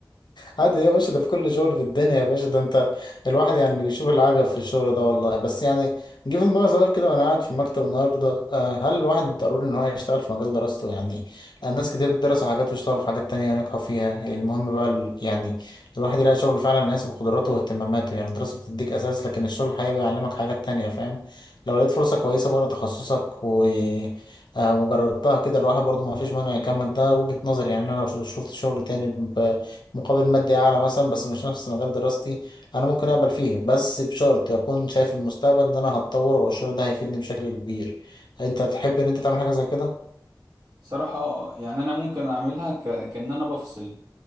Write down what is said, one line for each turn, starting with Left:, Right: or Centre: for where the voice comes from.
Left: عادي يا باشا ده في كل شغل في الدنيا يا باشا ده انت الواحد يعني بيشوف العجب في الشغل ده والله بس يعني جه في دماغي سؤال كده وانا قاعد في المكتب النهارده آه، هل الواحد ضروري ان هو يشتغل في مجال دراسته يعني آه، ناس كتير درسوا حاجات واشتغلوا في حاجات تانية نجحوا فيها المهم بقى ال- يعني الواحد يلاقي شغل فعلا يناسب قدراته واهتماماته يعني الدراسة بتديك اساس لكن الشغل الحقيقي بيعلمك حاجات تانية فاهم لو لقيت فرصة كويسة بره تخصصك و آه، وجربتها كده الواحد برضه ما فيش مانع يكمل ده وجهة نظري يعني انا لو شفت شغل تاني مقابل مادي أعلى مثلا بس مش نفس مجال دراستي أنا ممكن أقبل فيه بس بشرط أكون شايف المستقبل إن أنا هتطور والشغل ده هيفيدني بشكل كبير أنت تحب إن أنت تعمل حاجة زي كده
Right: صراحة آه، يعني أنا ممكن أعملها ك... كأن أنا بفصل